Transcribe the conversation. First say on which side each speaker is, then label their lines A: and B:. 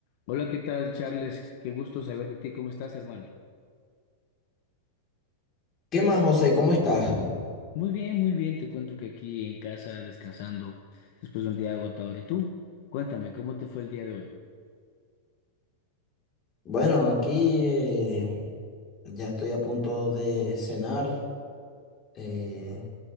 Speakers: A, on the left (about 60°); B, on the left (about 30°).
A: Hola, ¿qué tal, Charles? Qué gusto saber de ti. ¿Cómo estás, hermano?
B: ¿Qué más, José? ¿Cómo estás?
A: Muy bien, muy bien. Te cuento que aquí en casa descansando después de un día agotador. ¿Y tú? Cuéntame, ¿cómo te fue el día de hoy?
B: Bueno, aquí eh, ya estoy a punto de cenar, eh,